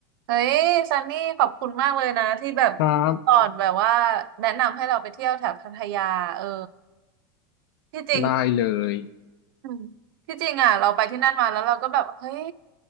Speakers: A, on the right; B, on the left.
A: เฮ้ยซันนี่ขอบคุณมากเลยนะที่แบบ
B: ครับ
A: สอนแบบว่าแนะนำให้เราไปเที่ยวแถบพัทยาเออที่จริง
B: ได้เลย
A: อืมที่จริงอ่ะเราไปที่นั่นมาแล้วเราก็แบบเฮ้ย